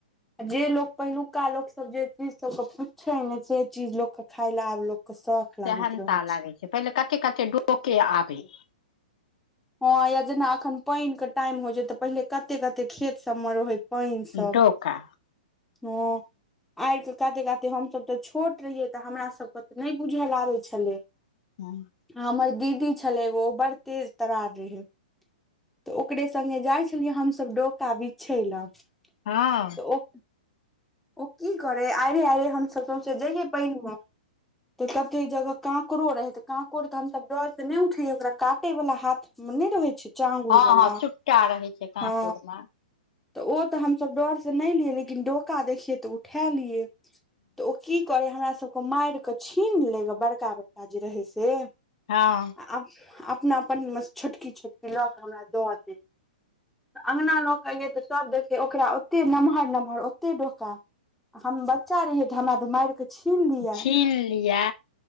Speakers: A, in the centre; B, on the left (about 60°).
A: जे लोक पहिलुका लोक सभ जे चीज सभके पुछे ने से चीज लोक खाय ले आब लोक के शौख। लागैत
B: सेहनता
A: रहै
B: लागे छै पहिले कते कते डोके आबे।
A: ह या जेना एखन पानिके टाइम होइ छै तऽ पहिले कते कते खेत सभमे रहै पैनसभ
B: डोका
A: ह आर के काते काते हम सभ ते छोट रहिये ते हमरा सभ के त नहि बुझल आबे छले <inaudible>
B: <inaudible>
A: हमर दीदी छलै एगो ओ बड़ तेज तरार रहै। तऽ ओकरे संघे जाइ छलियै हमसभ डोका बिछै लऽ
B: हँ।
A: तऽ ओ। ओ की करे आइ रे आइ रे हम सौंसे जइये पान मे तऽ कते जगह कांको रहे तऽ कांकोड़ तऽ हमस डर से नहि उठेया ओकरा काटे वला हाथ नहि रहै छै चंगुर
B: हँ
A: जेना
B: चुपटा रहै छै कांकोर
A: ह
B: मे
A: तऽ ओ तऽ हमसभ डर से नहि लियै लेकिन डोका देखियए तऽ उठा लियै तऽ ओ कि करे हमरा सभके मारि के छीन ले ग बड़का बड़का जे रहे से
B: हँ।
A: अप अपनाप छोट कि छोट कि लऽ कऽ हमरा दऽ देब अगना लोकऽ कऽ अइयै तऽ सभ देखियै ओकरा ओतेक नमहर नमहर ओते डोका आ हम बच्चा रहियै तऽ हमरा तऽ मारि कऽ छीन लिआ
B: छीन लिअ